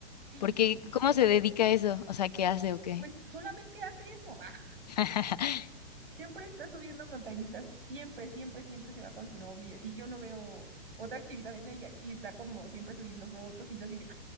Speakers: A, on the right (about 65°); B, on the left (about 40°).
A: Sí,
B: Porque,
A: su, su,
B: ¿cómo se dedica a eso? O sea, ¿qué hace o qué?
A: pues solamente hace eso. <laughs>
B: <laughs>
A: Siempre está subiendo montañitas, siempre, siempre, siempre se va con su novio y así yo no veo otra actividad en ella y está como siempre subiendo fotos y yo así de,